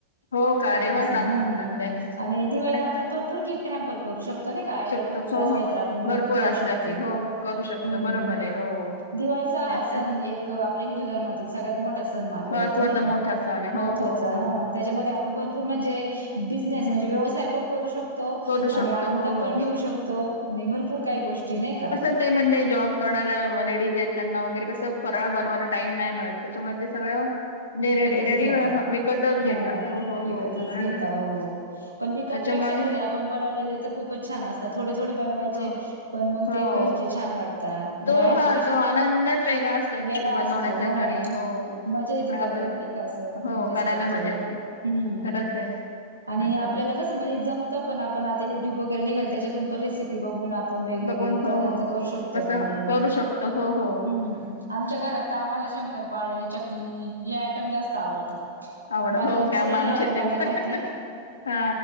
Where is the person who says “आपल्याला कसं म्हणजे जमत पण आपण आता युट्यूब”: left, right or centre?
Right